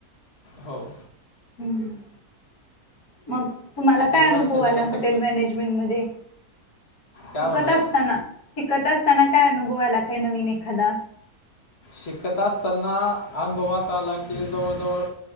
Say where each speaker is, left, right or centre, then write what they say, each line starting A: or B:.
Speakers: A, on the left; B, on the left.
A: हो.
B: हम्म. मग तुम्हाला काय
A: तीन वर्षाच्या
B: अनुभव आला
A: नंतर
B: हॉटेल मॅनेजमेंट मध्ये.
A: काय
B: शिकत
A: म्हटलं
B: असताना शिकत असताना काय अनुभव आला काय नवीन एखादा.
A: शिकत असताना अनुभवा अस आला की जवळजवळ.